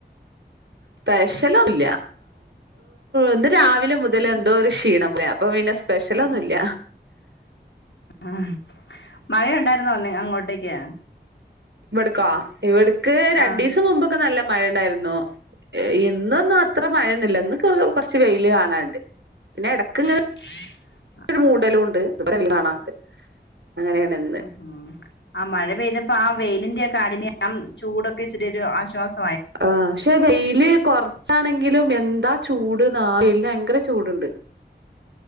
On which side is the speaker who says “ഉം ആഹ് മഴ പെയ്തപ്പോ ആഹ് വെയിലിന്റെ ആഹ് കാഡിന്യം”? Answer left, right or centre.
Left